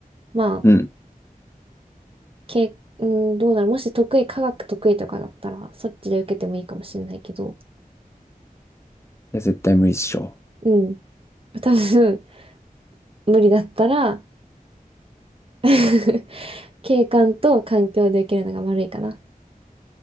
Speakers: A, on the right; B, on the left.
A: まあ、
B: うん。い
A: け、うん、どうだろう、もし得意、科学得意とかだったら、そっちで受けてもいいかもしれないけど、
B: や、絶対無理っしょ。
A: うん、多分無理だったら <laughs> 景観と環境で受けるのが悪いかな。